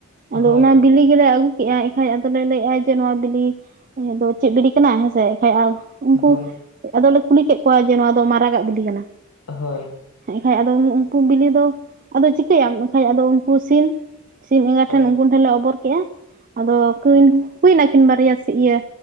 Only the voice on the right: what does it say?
ᱟᱫᱚ
ᱚᱱᱟᱼᱼ ᱵᱤᱞᱤ ᱜᱮᱞᱮ ᱟᱹᱜᱩ ᱠᱮᱜᱼᱟ ᱮᱱᱠᱷᱟᱡ ᱟᱫᱚᱞᱮ ᱞᱟᱹᱭᱮᱫᱼᱟ ᱡᱮ ᱱᱚᱣᱟ ᱵᱤᱞᱤᱼᱼ ᱟᱫᱚ ᱪᱮᱫ ᱵᱤᱞᱤ ᱠᱟᱱᱟ ᱦᱮᱸᱥᱮ ᱮᱱᱠᱷᱟᱡ ᱟᱨ ᱩᱱᱠᱩ
ᱟᱫᱚᱞᱮ ᱠᱩᱞᱤ ᱠᱮᱫ ᱠᱚᱣᱟ ᱡᱮ ᱱᱚᱣᱟ ᱫᱚ ᱢᱟᱨᱟᱜᱟᱜ ᱵᱤᱞᱤ ᱠᱟᱱᱟ।
ᱮᱠᱷᱷᱟᱡ ᱟᱫᱚ ᱩᱱᱠᱩ ᱵᱤᱞᱤ ᱫᱚ ᱟᱫᱚ ᱪᱤᱠᱟᱹᱭᱟᱢ ᱮᱱᱠᱷᱟᱡ ᱟᱫᱚ ᱩᱱᱠᱩ ᱥᱤᱢ ᱥᱤᱢ ᱮᱸᱜᱟ
ᱴᱷᱮᱱ ᱩᱱᱠᱩᱱ ᱴᱷᱮᱱ ᱞᱮ ᱚᱵᱚᱨ ᱠᱮᱫᱼᱟ ᱟᱫᱚ ᱠᱟᱹᱱ ᱦᱩᱭ ᱱᱟᱠᱤᱱ ᱵᱟᱨᱭᱟ ᱤᱭᱟᱹ